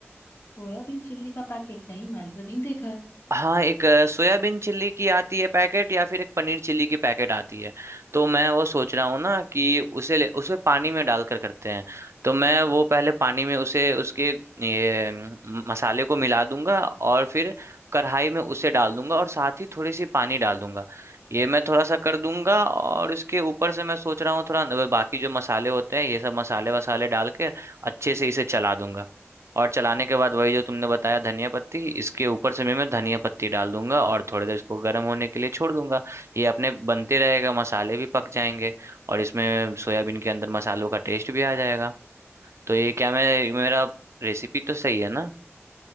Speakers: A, on the left (about 60°); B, on the right (about 70°).
A: सोयाबीन चिल्ली का पैकेट नहीं मैंने तो नहीं देखा है
B: हाँ एक अ, सोयाबीन चिल्ली की आती है पैकेट या फिर एक पनीर चिल्ली की पैकेट आती है तो मैं वो सोच रहा हूँ ना कि उसे ले, उसे पानी में डालकर करते हैं तो मैं वो पहले पानी में उसे उसके ये म, मसाले को मिला दूंगा और फिर कढ़ाई में उसे डाल दूंगा और साथ ही थोड़ी सी पानी डाल दूंगा ये मैं थोड़ा सा कर दूंगा और इसके ऊपर से मैं सोच रहा हूँ थोड़ा न- बाकी जो मसाले होते हैं ये सब मसाले वसाले डाल के अच्छे से इसे चला दूंगा और चलाने के बाद वही जो तुमने बताया धनिया पत्ती इसके ऊपर से भी मैं धनिया पत्ती डाल दूंगा और थोड़ी देर इसको गर्म होने के लिए छोड़ दूंगा ये अपने बनते रहेगा मसाले भी पक जाएंगे और इसमें सोयाबीन के अंदर मसालों का टेस्ट भी आ जाएगा तो ये क्या मैं मेरा रेसिपी तो सही है ना